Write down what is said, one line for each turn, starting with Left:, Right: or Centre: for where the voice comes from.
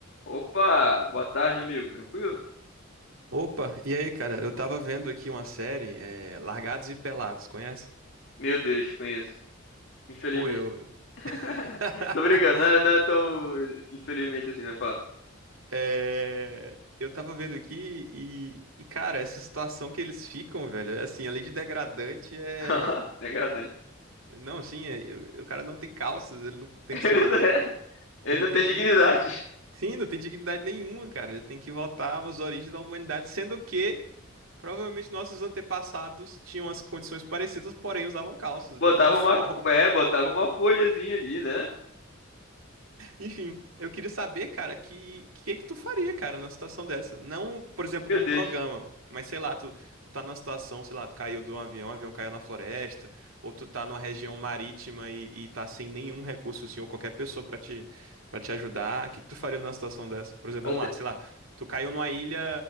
Left: Opa, boa tarde, amigo. Tranquilo?
Right: Opa, e aí, cara? Eu tava vendo aqui uma série, é, Largados e Pelados, conhece?
Left: Meu Deus, conheço. Infelizmente.
Right: Pô, eu. <laughs>
Left: <laughs> Tô brincando, não é, não é tão infelizmente assim, mas fala.
Right: É, Eu tava vendo aqui e, e, cara, essa situação que eles ficam, velho, é assim, além de degradante, é.
Left: <laughs> Degradante.
Right: Não, assim, é- eu- o cara não tem calças, ele não tem que
Left: Ele
Right: se.
Left: não é- ele
Right: Ele
Left: não
Right: tem
Left: tem
Right: que.
Left: dignidade.
Right: Sim, não tem dignidade nenhuma, cara. Ele tem que voltar às origens da humanidade, sendo que provavelmente nossos antepassados tinham as condições parecidas, porém usavam calças
Left: Botava
Right: de alguma <laughs> forma.
Left: uma, é, botava uma folhazinha ali, né?
Right: Enfim, eu queria saber, cara, que que que tu faria, cara, numa situação dessa? Não, por exemplo,
Left: Meu
Right: num
Left: Deus.
Right: programa, mas sei lá, tu, tu tá numa situação, sei lá, tu caiu de um avião, o avião caiu na floresta, ou tu tá numa região marítima e, e tá sem nenhum recurso, assim, ou qualquer pessoa pra te para te ajudar. O que que tu faria numa situação dessa? Por exemplo,
Left: Eu
Right: vamos
Left: te-
Right: lá, sei lá, tu caiu numa ilha